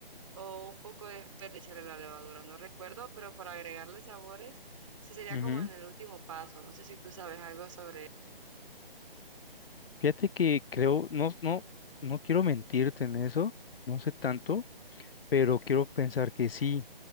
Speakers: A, on the right; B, on the left.
A: o un poco después de echarle la levadura, no recuerdo, pero para agregarle sabores, sí sería
B: ujú.
A: como
B: Ujú.
A: en el último paso. No sé si tú sabes algo sobre
B: Fíjate que creo, no, no, no quiero mentirte en eso, no sé tanto, pero quiero pensar que sí,